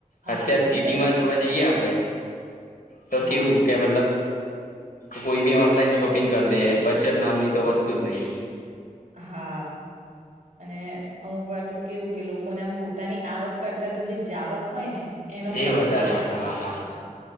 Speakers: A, on the right (about 75°); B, on the left (about 75°).
A: હા
B: અત્યારે
A: કેમ
B: સિટી
A: કે અમુક
B: માં જોવા જઈએ આપડે. તો
A: હા
B: કેવું કે, મતલબ કોઈ બી ઓનલાઈન શોપિંગ કરી દે, બચત નામની તો વસ્તુ જ નહી.
A: હા. અને અમુક વાર તો કેવું કે, લોકોને આમ પોતાની આવક કરતા તો જે જાવક હોય ને. એનો ખર્ચ
B: એ
A: વધારે
B: હોય
A: થઇ
B: હા
A: જાય
B: હા
A: છે.